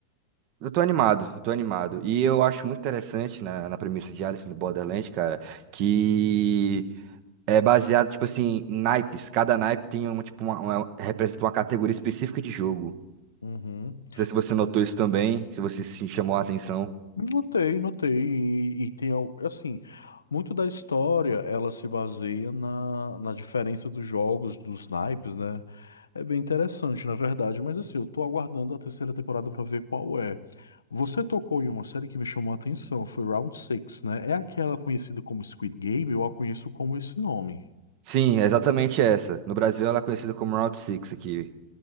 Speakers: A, on the right; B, on the left.
A: eu tô animado, eu tô animado. E eu acho muito interessante na, na premissa de Alice in Borderlands, cara, que é baseado, tipo assim, em naipes. Cada naipe tem uma, tipo, uma, uma- representa uma categoria específica de jogo.
B: uhum.
A: Não sei se você notou isso também, se você se chamou a atenção.
B: Notei, notei. E, e tem, al- assim, muito da história ela se baseia na, na diferença dos jogos, dos naipes, né? É bem interessante, na verdade. Mas, assim, eu tô aguardando a terceira temporada pra ver qual é. Você tocou em uma série que me chamou a atenção, foi Round Six né? É aquela conhecida como Squid Game, eu a conheço como esse nome.
A: Sim, é exatamente essa. No Brasil ela é conhecida como Route 6 aqui.